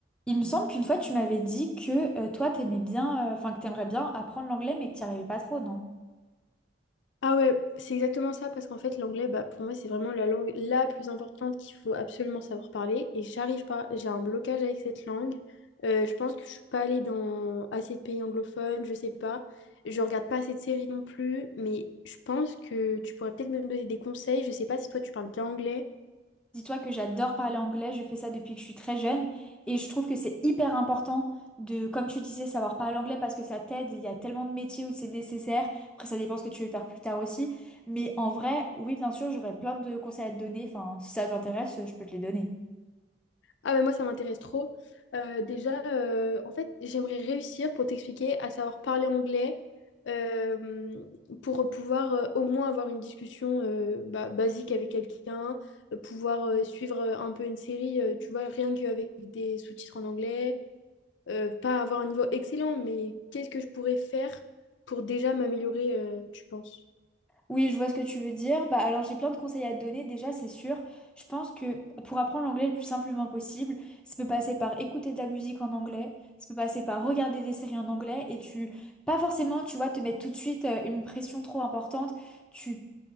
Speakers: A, in the centre; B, on the left.
A: Il me semble qu'une fois tu m'avais dit que euh, toi t'aimais bien, euh, enfin que t'aimerais bien apprendre l'anglais mais que t'y arrivais pas trop, non?
B: Ah ouais, c'est exactement ça, parce qu'en fait, l'anglais, bah, pour moi, c'est vraiment la langue la plus importante qu'il faut absolument savoir parler. Et j'arrive pas, j'ai un blocage avec cette langue. Euh, je pense que je suis pas allée dans assez de pays anglophones, je sais pas. Je regarde pas assez de séries non plus, mais je pense que tu pourrais peut-être me donner des conseils. Je sais pas si toi, tu parles bien anglais.
A: Dis-toi que j'adore parler anglais, je fais ça depuis que je suis très jeune et je trouve que c'est hyper important de, comme tu disais, savoir parler anglais parce que ça t'aide, il y a tellement de métiers où c'est nécessaire, après ça dépend ce que tu veux faire plus tard aussi, mais en vrai, oui bien sûr j'aurais plein de conseils à te donner, enfin si ça t'intéresse je peux te les donner.
B: Ah ben moi, ça m'intéresse trop. Euh, déjà, euh, en fait, j'aimerais réussir pour t'expliquer à savoir parler anglais euh, pour pouvoir euh, au moins avoir une discussion euh, bah, basique avec quelqu'un, euh, pouvoir euh, suivre euh, un peu une série, euh, tu vois, rien qu'avec des sous-titres en anglais, euh, pas avoir un niveau excellent, mais qu'est-ce que je pourrais faire pour déjà m'améliorer, euh, tu penses?
A: Oui, je vois ce que tu veux dire. Bah, alors j'ai plein de conseils à te donner déjà, c'est sûr. Je pense que pour apprendre l'anglais le plus simplement possible, ça peut passer par écouter de la musique en anglais, ça peut passer par regarder des séries en anglais et tu, pas forcément, tu vois, te mettre tout de suite euh, une pression trop importante. Tu